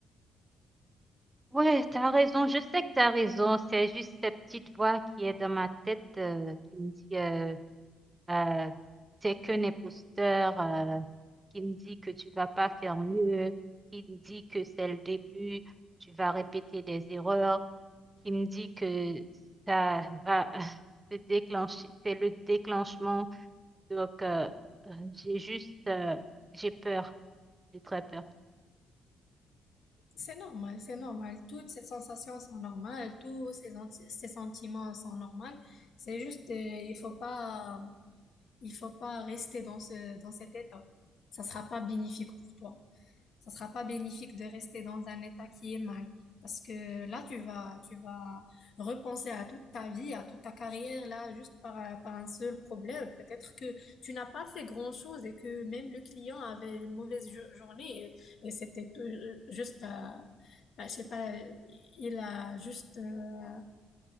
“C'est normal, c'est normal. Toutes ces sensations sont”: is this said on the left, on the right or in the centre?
Left